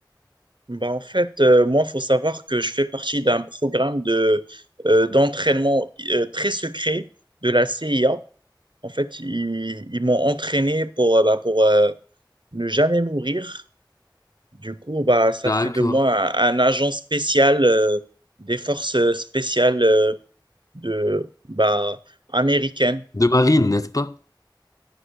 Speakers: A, on the right; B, on the left.
A: bah, en fait, euh, moi, faut savoir que je fais partie d'un programme de, euh, d'entraînement euh, très secret de la CIA. En fait, ils, ils m'ont entraîné pour, euh, bah, pour euh, ne jamais mourir. Du coup, bah, ça
B: D'accord.
A: fait de moi un, un agent spécial euh, des forces spéciales euh, de, bah, américaines.
B: De marine, n'est-ce pas?